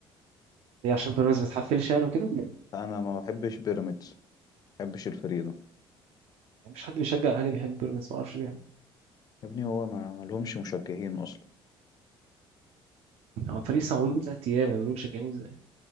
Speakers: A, on the right; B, on the left.
A: ليه عشان بيراميدز ما تحفلش يعني وكده
B: انا ما بحبش بيراميدز ما بحبش الفريق ده
A: يعني مش حد بيشجع الاهلي بيحب بيراميدز ما اعرفش ليه
B: يا ابني هو ما ما لهمش مشجعين اصلا
A: هو الفريق لسه معمول من تلات ايام يعني بيقولوا مشجعين ازاي